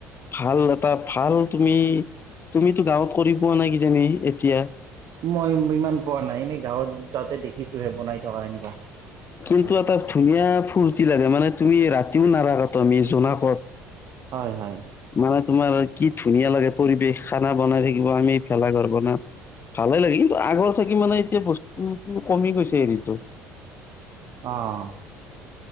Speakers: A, on the left; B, on the right.
A: ভাল এটা ভাল তুমি তুমিতো গাঁৱত কৰি পোৱা নাই কিজানি এতিয়া
B: মই ইমান পোৱা নাই এনেই গাঁৱত যাওঁতে দেখিছোহে বনাই থকা এনেকুৱা
A: কিন্তু
B: হয়
A: এটা ধুনীয়া ফূুৰ্তি লাগে মানে তুমি ৰাতিও নাৰাখা তো আমি জোনাকত
B: হয় হয়
A: মানে তোমাৰ কি ধুনীয়া লাগে পৰিৱেশ খানা বনাই থাকিব আমি ভেলাঘৰ বনাম ভালে লাগিল কিন্তু আগৰ থাকি মানে এতিয়া বস্তুটো কমি গৈছে হেৰিটো
B: অহ